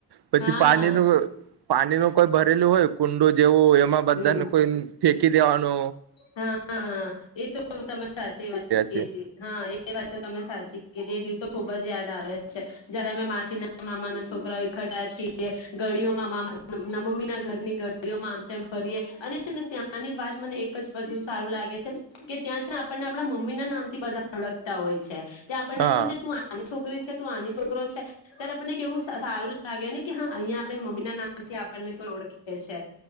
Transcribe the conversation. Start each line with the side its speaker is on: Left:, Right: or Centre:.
Right: પછી
Left: હા
Right: પાણી
Left: હા
Right: ન પાણી ન કોઈ ભરેલું હોય કુંડો જેવું એમાં બધાને
Left: હમ
Right: કોઈ કી નો
Left: હા એ તો તમે સાચી વાત
Right: છે
Left: હા એ વાત તો તમે સાચી કે એ દિવસો ખુબ જ યાદ આવે છે, જયારે અમે માછીના મામા ન છોકરા ખટાીએ ગડીઓમાં મામા નમ્મી ના ઘરની ગળઓમાંમ તેમ ફરીએ, અને છે ને ત્યાંની બાત મને બધું સારું લાગે છે, કે ત્યાં છે આપણને આપણા મમ્મી ના નામ થી બધા ઓળખતા હોય છે. ત્યાં આપણને
Right: હા
Left: પૂછે તું આની છોકરી તું આની છોકરો છે, ત્યારે આપણને કેવું સારું લાગે ને કે અહીંયા આપણી મમ્મી ના નામથી આપણને કોઈ ઓળખે છે.